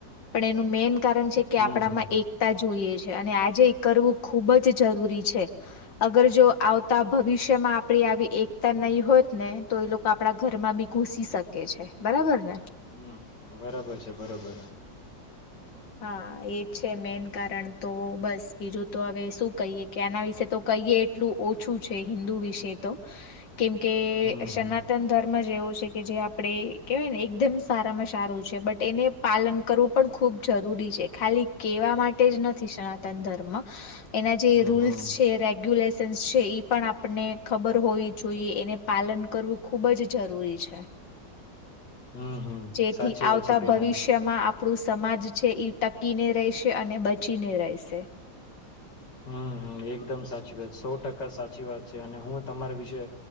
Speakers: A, on the left; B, on the left.
A: પણ એનું મેન કારણ છે કે
B: હમ
A: આપણામાં
B: હમ
A: એકતા જોઈએ છે. અને આજે એ કરવું ખુબ જ જરૂરી છે અગર જો આવતા ભવિષ્યમાં આપડી આવી એકતા નહી હોત ને તો એ લોકો આપડા ઘરમાં બી ઘુસી શકે છે બરાબર ને.
B: હમ બરાબર છે બરોબર.
A: હા એજ છે મેન કારણ તો બસ બીજું તો હવે શું કહીએ કે આના વિશે તો કહીએ એટલું ઓછું છે હિન્દુ વિશે તો કેમ કે
B: હમ
A: સનાતન
B: હમ
A: ધર્મ માં જ છે કે જે આપ કેવાય ને એકદમ સારામાં સારું છે બટ એને પાલન કરવું પણ ખુબ જરૂરી છે ખાલી કેવા માટે જ નથી સનાતન ધર્મ. એના જે
B: હમ
A: રૂલ્સ
B: હમ
A: છે રેગ્યુલેશ છે ઈ પણ આપને ખબર હોવી જોઈએ એને પાલન કરવું ખૂબ જ જરૂરી છે.
B: હમ હમ
A: જેથી
B: સાચી વાત
A: આવતા
B: છે બેન
A: ભવિષ્યમાં આપ ણું સમાજ છે ટકીને રહેશે અને બચીને રહેશે.
B: હમ હમ એકદમ સાચી વાત સો ટકા સાચી વાત છે અને હું તમારા વિશે